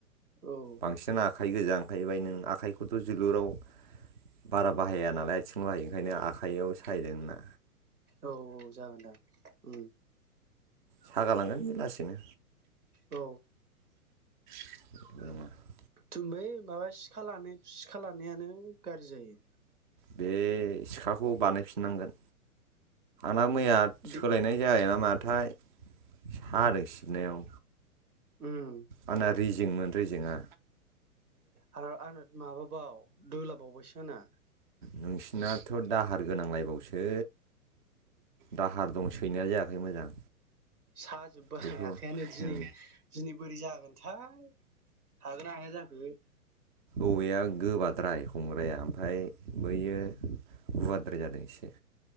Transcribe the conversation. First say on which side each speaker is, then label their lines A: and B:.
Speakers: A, on the right; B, on the right.
A: औ
B: बांसिन आ आखाइ गोजां थाहैबाय नों आखाइखौथ' जोलुराव बारा बाहाया नालाय आथिंल हायो ओंखायनो आखाइयाव सायदों ना
A: औ औ जागोनदां ओम
B: सागालांगोन लासिनो
A: औ
B: <inaudible>
A: थुमै माबा सि सिखा लानाय सिखा लानायानो। गारजि जायो
B: बे सिखाखौ बानायफिननांगोन मा मैया सोलायनाय
A: दि
B: जाया नामाथाय सादों सिननायाव
A: उम
B: आंना रेजेंमोन रेजेंआ
A: आरो आना माबाबाव दोलाबावबायसो आंना
B: नोंसिना थ' दाहार गोनांलायबावसो दाहार दं सैनाया जायाखै मोजां
A: साजोबबाय
B: बेखौ
A: आखाइानो दिनै
B: उम
A: दिनै बोरै जागोनथाय हागोना हाया जाखो
B: औवया गोबाद्राय हमग्राया ओमफ्राय बैयो गुवारद्राय जादों एसे